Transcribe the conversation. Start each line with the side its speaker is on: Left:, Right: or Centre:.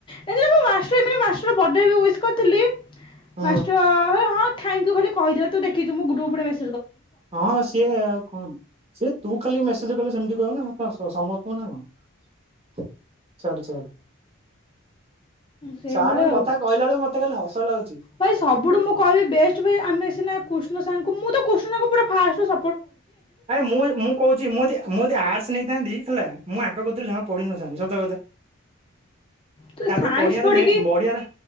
Left: ଏକରେ ମୁଁ ମାଷ୍ଟର ପାଇଁ ମାଷ୍ଟର ବଡେ ରେ ଉଇସି କରିଥିଲି।
Right: ହୁଁ
Left: ମାଷ୍ଟର ଅ ଅ ଥାଇଙ୍କୁ ଖାଲି କହିିଦେଥିଲା ତୁ ଦେଖଛୁ ମୁଁ ଗ୍ରୁପରେ ମେସେଜ୍
Right: ହଁ ସିଏ ଆଉ କଣ ସିଏ ତୁ ଖାଲି ମେସେଜ କ ସେମିତି କହିବ ନା କଣ ସମସ୍ତଙ୍କୁ ନା କଣ ଛାଡେ ଛାଡେ।
Left: ସେଇ
Right: ସାରଙ୍କ
Left: ଭଳିଆ ଆଉ।
Right: କଥା କହିଲା ବେଳକୁ ମତେ ଖାଲି ହସ ଲାଗୁଛି
Left: ଭାଇ ସବୁଠୁ ମୁଁ କହିବି ବେଷ୍ଟ ଭାଇ ଆମେ ସିନା କୃଷ୍ଣ ସାଙ୍କୁ ମୁଁ ତ କୃଷ୍ଣ ପୁରା ଫାଷ୍ଟ ସ
Right: ଆରେ ମୁଁ ମୁଁ କହୁଛି ମୁଁ ଯଦି ମୁଁ ଆର୍ଟସ୍ ନେଇଥାନ୍ତି। ହେଲା ମୁଁ ଆ କହୁଥିଲି ଜମା ପଢିନଥାନ୍ତି ସତ କଥା।
Left: ତୁ
Right: ତାପରେ
Left: ସାଇନ୍ସ
Right: ପଡିଆରେ
Left: ପଢ଼ିକି
Right: ମେନ ବଡିଆ